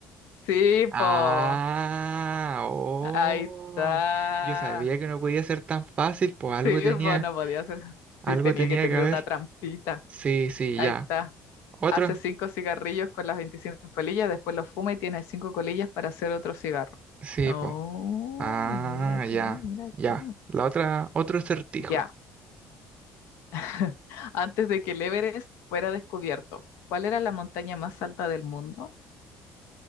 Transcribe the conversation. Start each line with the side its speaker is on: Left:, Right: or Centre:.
Left: sí,
Right: Ah,
Left: po.
Right: oh.
Left: Ahí está.
Right: Yo sabía que no podía ser tan fácil, pues algo
Left: Sí,
Right: tenía,
Left: po, no podía ser.
Right: algo
Left: Sí, tenía
Right: tenía
Left: que tener
Right: que haber.
Left: una trampita.
Right: Sí, sí,
Left: Ahí
Right: ya.
Left: está.
Right: Otro.
Left: Hace cinco cigarrillos con las 25 colillas, después los fuma y tiene cinco colillas para hacer otro cigarro.
Right: Sí,
Left: No,
Right: pues. Ah,
Left: mira tú,
Right: ya,
Left: mira
Right: ya.
Left: tú.
Right: La otra, otro acertijo.
Left: Ya, <laughs> antes de que el Everest fuera descubierto, ¿cuál era la montaña más alta del mundo?